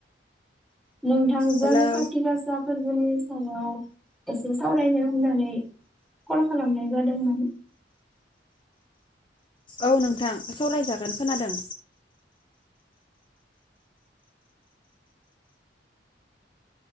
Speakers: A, in the centre; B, on the left (about 30°).
A: नोंथांजों
B: हेलौ
A: कारथि गासा फोरबोनि आसामाव एसे सावरायनो होननानै कल खालामनाय जादोंमोन
B: औ नोंथां सावरायजागोन खोनादों